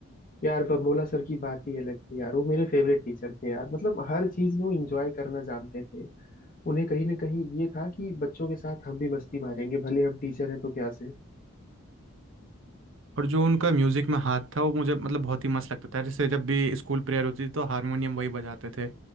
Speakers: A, on the left (about 40°); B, on the right (about 65°).
A: यार बबोला सर की बात ही अलग थी यार वो मेरे फेवरेट टीचर थे यार मतलब हर चीज में वो इंजॉय करना जानते थे उन्हें कहीं ना कहीं ये था कि बच्चों के साथ हम भी मस्ती मारेंगे भले हम टीचर हैं तो क्या से
B: और जो उनका म्यूजिक में हाथ था वो मुझे मतलब बहुत ही मस्त लगता था जैसे जब भी स्कूल प्रेयर होती थी तो हारमोनियम वही बजाते थे